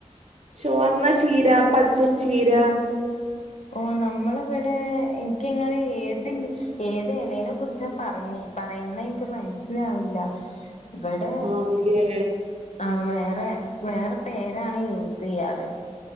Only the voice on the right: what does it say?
ചുവന്ന ചീര പച്ചച്ചീര
ആണല്ലേ